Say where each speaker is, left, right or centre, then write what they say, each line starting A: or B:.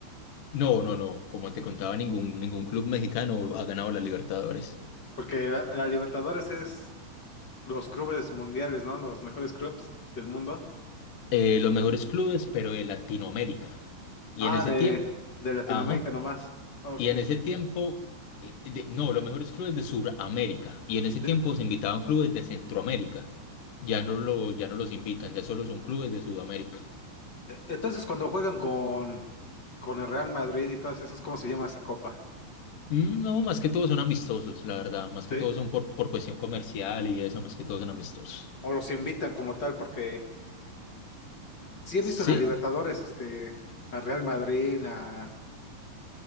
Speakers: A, on the left (about 60°); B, on the left (about 40°).
A: No, no, no. Como te contaba, ningún, ningún club mexicano ha ganado la Libertadores.
B: Porque la, la Libertadores es los clubes mundiales, ¿no? Los mejores clubes del mundo.
A: Eh, los mejores clubes, pero de Latinoamérica. Y
B: Ah,
A: en ese
B: de,
A: tiempo,
B: de Latinoamérica
A: ajá.
B: nomás. Ok.
A: Y en ese tiempo, eh, de- no, los mejores clubes de Sudamérica. Y en ese tiempo
B: De-
A: se invitaban clubes de Centroamérica. Ya no lo, ya no los invitan, ya solo son clubes de Sudamérica.
B: e- entonces, cuando juegan con, con el Real Madrid y todas esas, ¿cómo se llama esa copa?
A: Mm, No, más que todos son amistosos, la verdad. Más
B: ¿Sí?
A: que todos son por, por cuestión comercial y eso, más que todos son amistosos.
B: O los invitan como tal, porque sí he
A: Sí,
B: visto en la Libertadores, este, a Real Madrid, a,